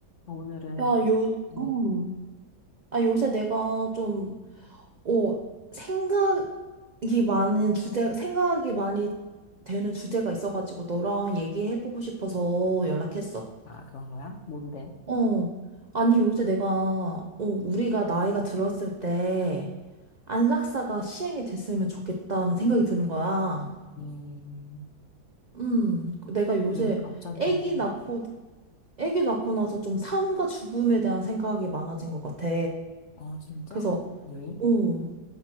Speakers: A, on the left; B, on the right.
A: 오늘은,
B: 야, 요,
A: 뭐,
B: 음.
A: 어,
B: 아, 요새 내가 좀, 어, 생각이 많은 주제, 생각이 많이 되는 주제가 있어가지고 너랑 얘기해보고 싶어서 연락했어.
A: 아, 그런 거야? 뭔데?
B: 어. 아니, 요새 내가, 어, 우리가 나이가 들었을 때 안락사가 시행이 됐으면 좋겠다는 생각이 드는 거야.
A: 음,
B: 음, 내가 요새
A: 왜 갑자기 그런
B: 아기 낳고,
A: 거?
B: 아기 낳고 나서 좀 삶과 죽음에 대한 생각이 많아진 것 같아.
A: 아, 진짜?
B: 그래서,
A: 갑- 왜?
B: 어.